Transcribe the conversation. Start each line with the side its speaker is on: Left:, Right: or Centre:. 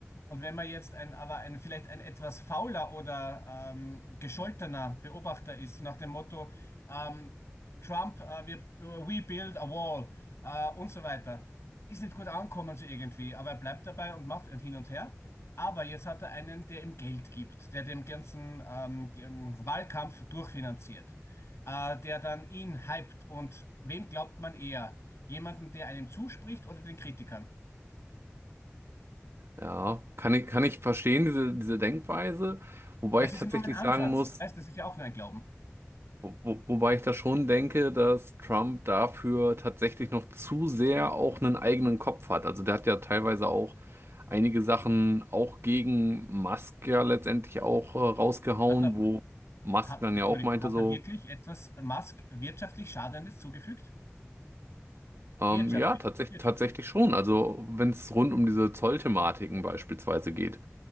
Left: Und wenn man jetzt ein, aber ein, vielleicht ein etwas fauler oder ähm, gescholtener Beobachter ist, nach dem Motto, ähm, Trump, äh, wir, we build a wall äh, und so weiter, ist nicht gut ankommen so irgendwie, aber er bleibt dabei und macht ein Hin und Her. Aber jetzt hat er einen, der ihm Geld gibt, der dem ganzen ähm, dem Wahlkampf durchfinanziert, äh, der dann ihn hypt. Und wem glaubt man eher? Jemanden, der einem zuspricht oder den Kritikern?
Right: Ja, kann ich, kann ich verstehen, diese, diese Denkweise, wobei
Left: Das
Right: ich
Left: ist
Right: tatsächlich
Left: ja nur mein Ansatz.
Right: sagen muss,
Left: Weißt, das ist ja auch nur ein Glauben.
Right: wo, wo, wobei ich da schon denke, dass Trump dafür tatsächlich noch zu sehr auch einen eigenen Kopf hat. Also der hat ja teilweise auch einige Sachen auch gegen Musk ja letztendlich auch äh, rausgehauen,
Left: Hat er,
Right: wo Musk
Left: hat,
Right: dann
Left: Entschuldigung,
Right: ja auch meinte
Left: hat
Right: so,
Left: er wirklich etwas Musk wirtschaftlich Schadendes zugefügt?
Right: ähm,
Left: Wirtschaftlich,
Right: ja, tatsächlich,
Left: wirtschaftlich.
Right: tatsächlich schon. Also wenn es rund um diese Zollthematiken beispielsweise geht.